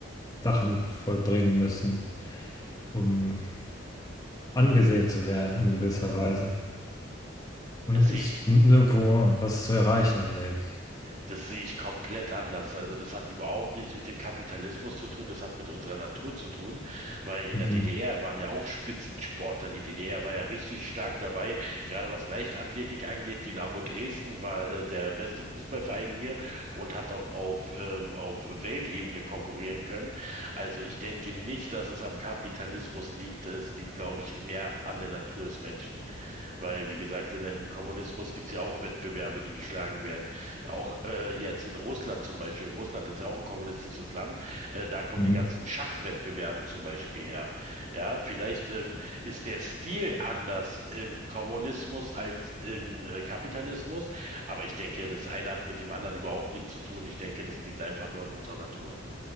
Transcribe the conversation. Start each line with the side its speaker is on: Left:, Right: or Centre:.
Left: Sachen vollbringen müssen, um angesehen zu werden in gewisser Weise und
Right: Das sehe
Left: ist
Right: ich
Left: nirgendwo was zu erreichen im Leben.
Right: Das sehe ich komplett anders. Also das hat überhaupt nichts mit dem Kapitalismus zu tun, das hat mit unserer Natur zu tun, weil in
Left: Mhm.
Right: der DDR waren ja auch Spitzensportler. Die DDR war ja richtig stark dabei, gerade was Leichtathletik angeht. Dynamo Dresden war äh, der beste Fußballverein hier und hat auch auf, ähm, auf Weltebene konkurrieren können. Also ich denke nicht, dass es am Kapitalismus liegt. Es liegt, glaube ich, mehr an der Natur des Menschen. Weil, wie gesagt, in der, im Kommunismus gibt es ja auch Wettbewerbe, die geschlagen werden. Auch äh, jetzt in Russland zum Beispiel. Russland ist ja auch ein kommunistisches Land. Äh, da kommen
Left: Mhm.
Right: die ganzen Schachwettbewerbe zum Beispiel her. Ja, vielleicht ähm, ist der Stil anders im Kommunismus als im äh, Kapitalismus. Aber ich denke, das eine hat mit dem anderen überhaupt nichts zu tun. Ich denke, das liegt einfach nur in unserer Natur.